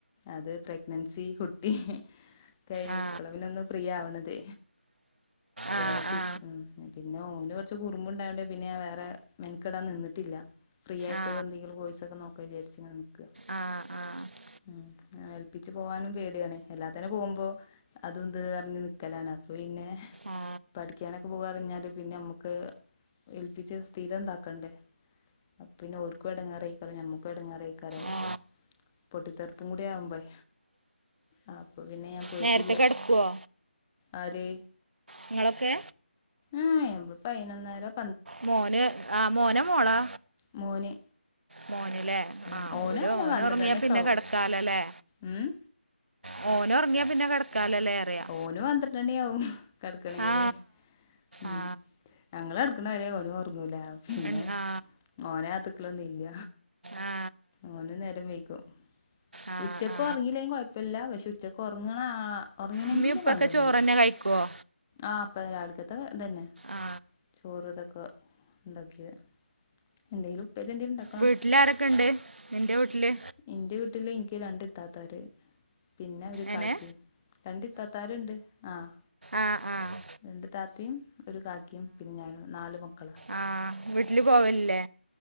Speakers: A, on the left; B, on the right.
A: അത് പ്രഗ്നൻസി കു പി ക
B: ആ
A: ഇപ്പള പിനൊന്ന് ഫ്രീയാവ്ണത്
B: ആ
A: ഒയിവ്
B: ആ ആ
A: <unintelligible> പിന്നെ ഓൻ കുറച്ച് കുറുമ്പ്ണ്ടായോണ്ട് പിന്നെ ഞാവേറെ മെനക്കെടാൻ നിന്നിട്ടില്ല ഫ്രീ ആയിട്ട്
B: ആ
A: എന്തെങ്കിലും കോയിസൊക്കെ നോക്കാ വിചാരിച്ചിങ്ങനെ നിൽക്ക
B: ആ ആ
A: ഉം ഏൽപ്പിച്ച് പോകാനും പേടിയാണ് എല്ലാത്തനെ പോകുമ്പോ അതും ഇതും പറിഞ്ഞ് നിക്കലാണ് അപ്പൊ പിന്നെ
B: ആ
A: പഠിക്കാനൊക്കെ പോക പറിഞ്ഞാല് പിന്നെ നമ്മുക്ക് ഏൽപ്പിച്ച് സ്ഥിരം ഇതാക്കണ്ടേ പിന്നെ ഓർക്കും ഇടങ്ങാറിയിക്കാലോ ഞമ്മുക്കും ഇടങ്ങാറിയിക്കാലോ
B: ആ
A: പൊട്ടിത്തെറുപ്പും കൂടി ആകുമ്പഴെ ആഹ് അപ്പൊ പിന്നെ ഞാൻ പോയിട്ടില്ല
B: നേരത്തെ കിടക്കുവോ
A: ആര്
B: നിങ്ങളൊക്കെ
A: ആഹ് എ്മളപ്പോ അതിനൊന്നേരം
B: മോന് ആഹ് മോനാ മോളാ
A: മോന്
B: മോനിലേ
A: ഉം
B: ആഹ്
A: ഓനും
B: ഒരു
A: അങ്ങനെ
B: ഓന്
A: പന്ത്രണ്ട്
B: ഉറങ്ങിയാ
A: മണിയൊക്കെ
B: പിന്നെ
A: ആവും
B: കിടക്കാലോല്ലേ
A: ഉം
B: മോന് ഉറങ്ങിയാ പിന്നെ കിടക്കാലല്ലേ അറിയാ
A: ഓനും പന്ത്രട്ടണ്ണി ആവും കിടക്കണെങ്കില്
B: ആ
A: ഉം
B: ആ
A: ഞങ്ങള് കിടക്കണവരെ ഓനും ഉറങ്ങൂല പിന്നെ
B: ഉം, ആ
A: ഓനകത്ത് ലൊന്നും ഇല്ല
B: ആ
A: ഓനും നേരം വേക്കും
B: ആ
A: ഉച്ചക്ക്
B: ആ
A: ഉറങ്ങില്ലേങ്കിലും കുഴപ്പല്ല പക്ഷെ ഉച്ചക്ക് ഉറങ്ങണാ ഉറങ്ങണെങ്കില്
B: ഉമ്മി ഉപ്പൊക്കെ
A: പന്ത്രണ്ട്മണ്യാവും
B: ചോറ് തന്നെ കഴിക്കുവോ
A: ആഹ് അപ്പ രാവിലക്ത്തൊക്കെ ഇതന്നെ
B: ആ
A: ചോറ ഇതൊക്കെ ഇണ്ടാക്കിയത് എന്തേലും ഉപ്പേരി എന്തങ്കലുംണ്ടാക്കും
B: വീട്ടില് ആരൊക്കെണ്ട് നിന്റെ വീട്ടില്
A: ഇന്റെ വീട്ടില് എനിക്ക് രണ്ട്ത്താത്തമാര് പിന്നെ ഒരു കാക്കയും
B: എനെ
A: രണ്ട് ഇത്തത്താരുണ്ട് ആഹ്
B: ആഹ് ആഹ്
A: രണ്ട് താത്തിയും ഒരു കാക്കിയും പിന്നെ ഞാനും നാല് മക്കളാണ്
B: ആഹ് വീട്ടില് പോവല്ലേ